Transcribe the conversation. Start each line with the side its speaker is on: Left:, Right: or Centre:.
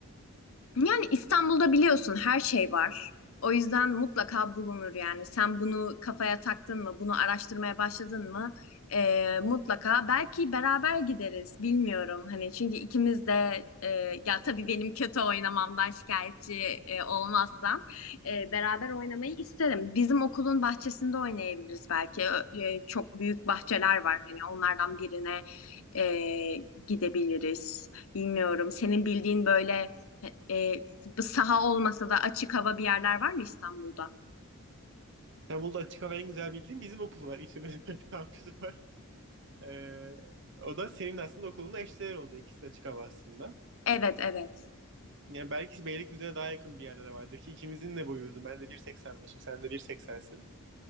Left: Yani İstanbul'da biliyorsun her şey var. O yüzden mutlaka bulunur yani. Sen bunu kafaya taktın mı, bunu araştırmaya başladın mı? Ee, mutlaka. Belki beraber gideriz, bilmiyorum. Hani çünkü ikimiz de e, ya tabii benim kötü oynamamdan şikayetçi e, olmazsan e, beraber oynamayı isterim. Bizim okulun bahçesinde oynayabiliriz belki. Ee, çok büyük bahçeler var. Hani onlardan birine e, gidebiliriz. Bilmiyorum. Senin bildiğin böyle. E, bu saha olmasa da açık hava bir yerler var mı İstanbul'da?
Right: İstanbul'da açık hava en güzel bildiğim bizim okul var. İç üniversite <laughs> kampüsü var. Ee, o da senin aslında okulunla eşdeğer oldu. İkisi de açık hava aslında.
Left: Evet, evet.
Right: Yani belki Beylikdüzü'ne daha yakın bir yerde de vardır ki ikimizin de boyu uzun. Ben de 1.85'im, sen de 1.80'sin.